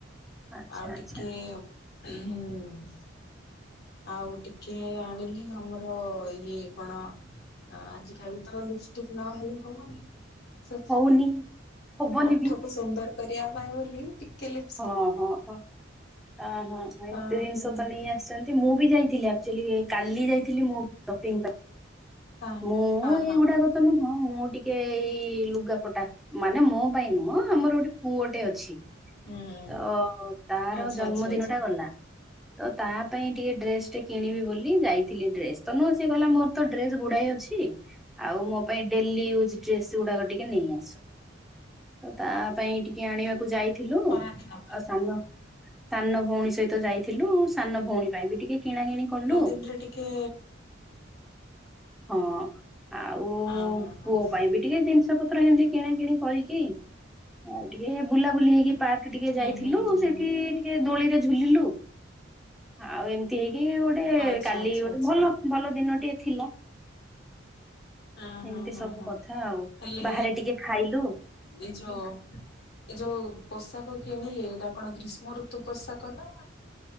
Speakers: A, in the centre; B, on the left.
A: ଆଚ୍ଛା
B: ଆଉ
A: ଆଚ୍ଛା
B: ଟିକେ <inaudible> ଆଉ ଟିକେ ଆଣିଲି ଆମର ଇଏ କଣ? ଆଜ କାଲି ତ ଲିପଷ୍ଟିକ ନହେଲେ ହବନି। ସେ
A: ହଉନି ହବନି
B: ଓଠକୁ
A: ବି
B: ସୁନ୍ଦର କରିବା ପାଇଁ ବୋଲି ଟିକେ ଲ
A: ହଁ ହଁ ହଁ ଅ ହଁ ହ
B: ହଁ
A: ଏତେ ଜିନିଷ ତ ନେଇ ଆସଛନ୍ତି। ମୁଁ ବି ଯାଇଥିଲି ଆଚୁଆଲି କାଲି ଯାଇଥିଲି ମୁଁ ସପିଂ ପାଇଁ।
B: ହଁ
A: ମୁଁ ଏଇଗୁଡାକ
B: ହଁ ହଁ
A: ତ ନୁହଁ ମୁଁ ଟିକେ ଏଇ ଲୁଗାପଟା। ମାନେ ମୋ ପାଇଁ ନୁହଁ ଆମର ଗୋଟେ ପୁଅଟେ ଅଛି।
B: ହୁଁ
A: ତ ତାର
B: ଆଚ୍ଛା
A: ଜନ୍ମଦିନ
B: ଆଚ୍ଛା ଆଚ୍ଛା
A: ଟା ଗଲା ତ ତା ପାଇଁ ଟିକେ ଡ୍ରେସ ଟେ କିଣିବି ବୋଲି ଯାଇଥିଲି ଡ୍ରେସ୍ ତ ନୁହଁ ସଏ ଗଲା ମୋର ତ ଡ୍ରେ ଗୁଡାଏ ଅଛି ଆଉ ମୋ ପାଇଁ ଡେଲି ୟୁଜ ଡ୍ରେସ୍ ଗୁଡାକ ଟିକେ ନେଇ ଆସ। ତ ତା ପାଇଁ ଟିକେ ଆଣିବାକୁ ଯାଇଥିଲୁ ଆଉ
B: ଖରା ଦିନ ପାଇଁ
A: ସାନ
B: ହଁ
A: ସାନ ଭଉଣୀ ସହିତ ଯାଇଥିଲୁ ସାନ ଭଉଣୀ ପାଇଁ ବି ଟିକେ କିଣା କିିଣି କଲୁ
B: ନ ଦିନରେ ଟିକେ
A: ହଁ ଆଉ
B: ହଁ ହଁ ହଁ
A: ପୁଅ
B: ହଁ
A: ପାଇଁ ବି ଟିକେ ଜିନିଷ ଜିନିଷ ପତ୍ର ଏମତି କିଣା କିିଣି କରିକି ଆଉ ଟିକେ ବୁଲାବୁଲି ହେଇକି ପାର୍କ ଟିକେ
B: ହୁଁ
A: ଯାଇଥିଲୁ
B: ହୁଁ ହୁଁ
A: ସେଠି
B: ହୁଁ
A: ଟିକେ ଦୋଳିରେ ଝୁଲିଲୁ ଆଉ ଏମିତି ହେଇକି ଗୋଟେ
B: ଆଚ୍ଛା
A: କାଲି
B: ଆଚ୍ଛା
A: ଗୋଟେ
B: ଆଚ୍ଛା
A: ଭଲ ଭଲ ଦିନଟିଏ ଥିଲା।
B: ହଁ
A: ଏମିତି
B: ହଁ ହଁ
A: ସବୁ
B: ହଁ
A: କଥା ଆଉ
B: ହେଲେ
A: ବାହାରେ ଟିକେ ଖାଇଲୁ
B: ଏ ଯୋ ଏଇ ଯୋଉ ପୋଷାକ କିଣିଲେ ଏଇଟା କଣ ଗ୍ରୀଷ୍ମ ଋତୁ ପୋଷାକ ନା